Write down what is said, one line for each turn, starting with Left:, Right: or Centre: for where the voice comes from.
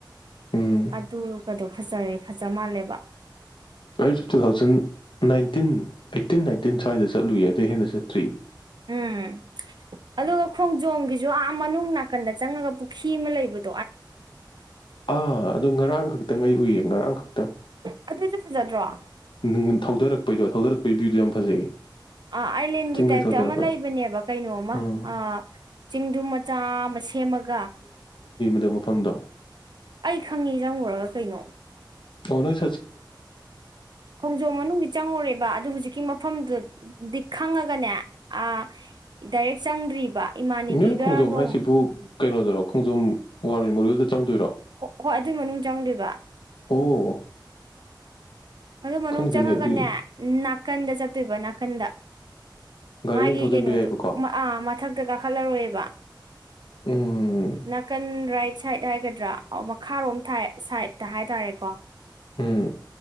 Left: ꯎꯝ
Right: ꯑꯗꯨ ꯀꯗꯣ ꯐꯖꯔꯦ ꯐꯖ ꯃꯥꯜꯂꯦꯕ
Left: ꯑꯩꯁꯨ two thousand nineteen eighteen nineteen ꯁ꯭ꯋꯥꯏꯗ ꯆꯠꯂꯨꯏ ꯑꯗꯏ ꯍꯦꯟꯅ ꯆꯠꯇ꯭ꯔꯤ꯫
Right: ꯎꯝ ꯑꯗꯨꯒ ꯈꯣꯡꯖꯣꯝꯒꯤꯁꯨ ꯑꯥ ꯃꯅꯨꯡ ꯅꯥꯀꯟꯗ ꯆꯪꯉꯒ ꯄꯨꯈ꯭ꯔꯤ ꯑꯃ ꯂꯩꯕꯗ꯫
Left: ꯑꯥ ꯑꯗꯨ ꯉꯔꯥꯡ ꯈꯛꯇꯪ ꯑꯩ ꯎꯏꯌꯦ ꯉꯔꯥꯡ ꯈꯛꯇꯪ꯫
Right: ꯑꯗꯨꯁꯨ ꯐꯖꯗ꯭ꯔꯣ꯫
Left: ꯅ ꯊꯧꯗꯔꯛꯄꯩꯗꯣ꯫ ꯊꯧꯗꯔꯛꯄ ꯚ꯭ꯌꯨꯗꯨ ꯌꯥꯝ ꯐꯖꯩꯌꯦ꯫
Right: ꯑꯑꯥꯏꯂꯦꯟꯒꯤ
Left: ꯆꯤꯡꯗꯩ
Right: ꯇꯥꯏꯞꯇ
Left: ꯊꯧꯗꯔꯒ
Right: ꯑꯃ ꯂꯩꯕꯅꯦꯕ ꯀꯩꯅꯣꯃ
Left: ꯎꯝ
Right: ꯑ ꯆꯤꯡꯗꯨ ꯃꯆꯥ ꯑꯃ ꯁꯦꯝꯃꯒ
Left: ꯑꯗꯨ ꯃꯐꯝꯗꯣ
Right: ꯑꯩ ꯈꯪꯉꯤ ꯆꯪꯉꯨꯔꯒ ꯀꯩꯅꯣ꯫
Left: ꯑꯣ ꯅꫭꯏ
Right: ꯈꯣꯡꯖꯣꯝ ꯃꯅꯨꯡꯗꯤ ꯆꯪꯉꯨꯔꯦꯕ ꯑꯗꯨ ꯍꯧꯖꯤꯛ ꯀꯤ ꯃꯐꯝꯗꯨꯗꯤ ꯈꯪꯉꯒꯅꯦ ꯑ ꯗꯥꯏꯔꯦꯛ ꯆꯪꯗ꯭ꯔꯤꯕ꯫ ꯏꯃꯥꯟꯅꯕꯤꯒ
Left: ꯅꯣꯏꯅ ꯈꯣꯡꯖꯣꯝꯝ
Right: ꯅꯣꯡ
Left: ꯍꯥꯏꯁꯤꯕꯨ ꯀꯩꯅꯣꯗꯔꯣ ꯈꯣꯡꯖꯣꯝ ꯋꯥꯔ ꯃꯦꯃꯣꯔꯤꯌꯦꯜꯗ ꯆꯪꯗꯣꯏꯔꯣ
Right: ꯍꯣꯏ ꯑꯗꯨꯏ ꯃꯅꯨꯡ ꯆꯪꯗꯣꯏꯕ꯫
Left: ꯑꯣ
Right: ꯑꯗꯨ ꯃꯅꯨꯡ
Left: ꯈꯪꯗꯦꯅꯦ
Right: ꯆꯪꯉꯒꯅꯦ
Left: ꯑꯗꯨꯏ
Right: ꯅꯥꯀꯟꯗ ꯆꯠꯇꯣꯏꯕ꯫ ꯀꯟꯗ꯫
Left: ꯒꯥꯔꯤ
Right: ꯃꯥꯒꯤ
Left: ꯑꯗꯨꯝ ꯊꯧꯖꯤꯟꯕ
Right: ꯀꯩꯅꯣꯗꯣ
Left: ꯌꯥꯏꯕꯀꯣ
Right: ꯑ ꯃꯊꯛꯇ ꯀꯥꯈꯠꯂꯔꯣꯏꯕ꯫
Left: ꯎꯝ
Right: ꯅꯀꯟ ꯔꯥꯏꯠ ꯁꯥꯏꯠ ꯍꯥꯏꯒꯗ꯭ꯔꯥ ꯃꯈꯥꯔꯣꯝ ꯊꯥꯏꯠ ꯁꯥꯏꯗꯠꯇ ꯍꯥꯏꯇꯥꯔꯦꯀꯣ꯫
Left: ꯎꯝ꯫